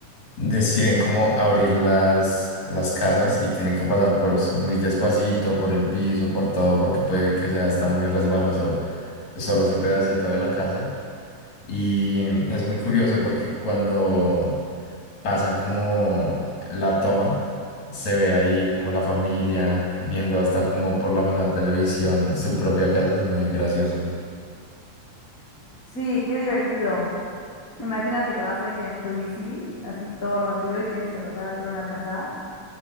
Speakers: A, on the left; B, on the left.
A: deciden como abrir las, las casas y tienen que pasar por s- muy despacito, por el piso, por todo, porque puede que sea hasta muy resbaloso solo ese pedacito de la casa. Y es muy curioso porque cuando pasan como la toma, se ve ahí como la familia viendo hasta como por la misma televisión su propia casa, es muy gracioso.
B: Sí, qué divertido. Imagínate que vas de que en tu bici, así todo rápido, y tienes que pasar dentro de una casa,